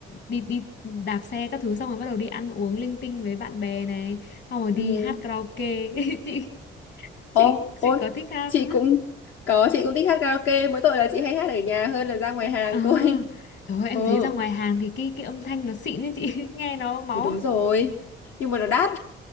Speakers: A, on the left; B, on the left.
A: đi đi đạp xe các thứ xong rồi bắt đầu đi ăn uống linh tinh với bạn bè này, xong rồi đi
B: ừ
A: hát karaoke. <laughs> Chị
B: Ô,
A: chị
B: ôi,
A: chị có thích hát
B: chị
A: không?
B: cũng có, chị cũng thích hát karaoke, mỗi tội là chị hay hát ở nhà hơn là ra ngoài hàng
A: Ờ.
B: thôi. <laughs>
A: Trời ơi, em
B: Ừ,
A: thấy ra ngoài hàng thì cái cái âm thanh nó xịn ấy chị, <laughs> nghe nó máu.
B: thì đúng rồi. Nhưng mà nó đắt.